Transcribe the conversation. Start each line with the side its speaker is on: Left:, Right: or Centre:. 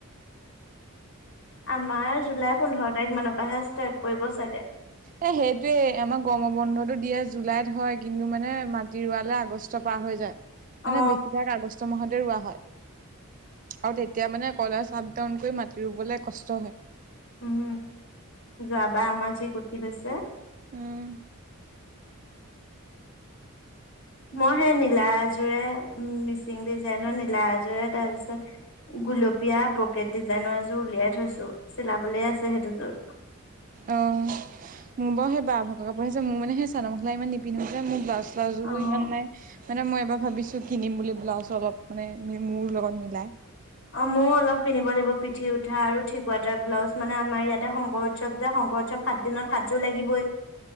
Left: আমাৰ জুলাই পোন্ধৰ তাৰিখ মানৰ পৰাহে ষ্টাৰ্ট কৰিব চাগে।
Right: উ <unintelligible> এ সেইটোৱেই আমাৰ গৰমৰ বন্ধতটো দিয়ে জুলাইত হয় কিন্তু মানে মাটি পাৱালে আগষ্ট পাৰ হৈ যায়। মানে
Left: অ
Right: বেছিভাগ আগষ্ট মাহতে ৰোৱা হয়। আৰু তেতিয়া মানে কলা চাপ ডাউন কৰি মাতি ৰুবলৈ কষ্ট হয়।
Left: উম, যোৱাবাৰ আমাৰ যি গুটি হৈছে।
Right: উম।
Left: মই সেই নীলা আযোৰে মিচিং ডিজাইনৰ নীলা আযোৰে তাৰ পিছত গুলপীয়া ব্ৰকেট ডিজাইনৰ এযোৰ উলিয়াই থৈছো চিলাবলে আছে সেইটোযোৰ।
Right: অ' মোৰ বাৰু সেই বহ ভাগ কাপোৰ আছে মোৰ মানে সেই চাদৰ মেখেলা ইমান নিপিন্ধছে মোৰ ব্লাউজ বু
Left: অ
Right: ইমান নাই মানে মই এবাৰ ভাবিছো কিনিম বুলি ব্লাউজ অলপ মানে মোৰ লগত মিলাই।
Left: অ' ময়ো অলপ কিনিব লাগিব পিঠি উঠা আৰু ঠিকুৱটাৰ ব্লাউজ মানে আমাৰ ইয়াতে শংকৰ উৎসৱ যে শংকৰ উৎসৱ সাত দিনত হাতযোৰ লাগিবই।